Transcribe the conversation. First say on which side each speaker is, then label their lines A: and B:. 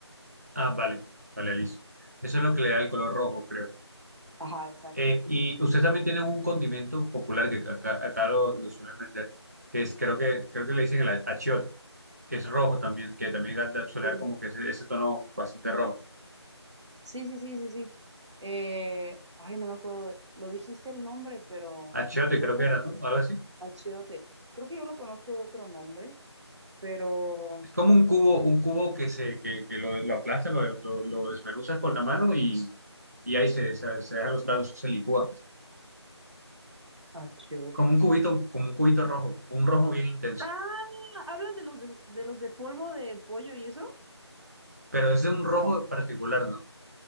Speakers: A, on the right; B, on the right.
A: Ah, vale, vale, listo. Eso es lo que le da el color rojo, creo.
B: Ajá, exacto.
A: Eh, y ustedes también tienen un condimento popular que acá, acá lo, lo suelen vender, que es, creo que, creo que le dicen el achiote. que es rojo también, que también gata- suele
B: Sí.
A: dar como que ese, ese tono bastante rojo.
B: Sí, sí, sí, sí, sí. Eh, ay, no me acuerdo, de- lo dijiste el nombre, pero
A: Achiote
B: lo
A: creo
B: puedes,
A: que era, ¿no? Algo así.
B: Achiote. Creo que yo lo conozco de otro nombre, pero
A: Es como un cubo, un cubo que se, que, que lo, lo aplastas, lo, lo, lo desmenuzas con la mano y, y ahí se, se, se dejan los caldos, se licúa.
B: Achiote.
A: Como un cubito, como un cubito rojo, un rojo bien intenso.
B: Ah, ¿hablas de los de, de los de polvo de pollo y eso?
A: Pero es de un rojo
B: No.
A: particular, ¿no?